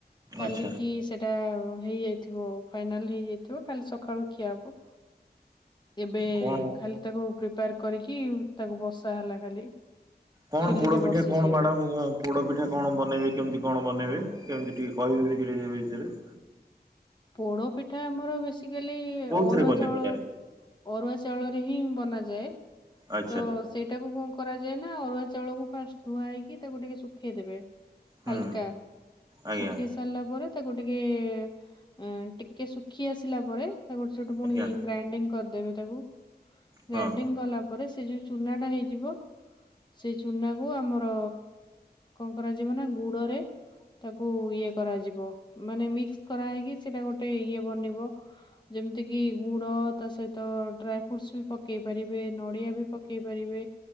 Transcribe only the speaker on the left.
କାଲି
କି ସେଟା ହେଇଯାଇଥିବ। ଫାଇନାଲ ହେଇଯାଇ ଥିବ କାଲି ସକାଳୁ ଖିଆ ହବ ଏବେ
ଖାଲି ତାକୁ ପ୍ରିପାର୍ କରିକି ତାକୁ ବସା ହେଲା ଖାଲି।
ଚୁଲିରେ
ବସିଛି
ଏବେ
ପୋଡ ପିଠା ଆମର ବେଶୀ ଆଜିକାଲି
ଅରୁଆ
ଚାଉଳ
ଅରୁଆ ଚାଉଳ ରେ ହିଁ ବନାଯାଏ।
ତ ସେଇଟାକୁ କଣ କରାଯାଏ ନା, ଅରୁଆ ଚାଉଳକୁ ଫାଷ୍ଟ ଧୁଆ ହେଇକି ତାକୁ ଟିକେ ଶୁଖେଇଦେବେ।
ହାଲ୍କା
ଶୁଖେ଼ଇ ସାରିଲା ପରେ ତାକୁ ଟିକେ ଉଁ ଟିକେ ଶୁଖି ଆସିଲା ପରେ ତାକୁ ସେଇଠୁ ପୁଣି
ଗ୍ରାଇଣ୍ଡିଙ୍ଗ କରିଦେବେ ତାକୁ।
ଗ୍ରାଇଣ୍ଡିଙ୍ଗ୍ କଲା ପରେ ସେ ଯୋଉ ଚୁନା ଟା ହେଇଯିବ। ସେଇ ଚୁନା କୁ ଆମର କଣ କରାଯିବ ନା ଗୁଡରେ ତାକୁ ଇଏ କରାଯିବ, ମାନେ ମିକ୍ସ କରା ହେଇକି ସେଇଟା ଗୋଟେ ଇଏ ବନିବ। ଯେମିତି କିି ଗୁଡ, ତା ସହିତ ଡ୍ରାଇ ଫ୍ରୁଟସ ବି ପକେଇ ପାରିବେ ନଡିଆ ବି ପକେଇ ପକେଇ ପାରିବେ,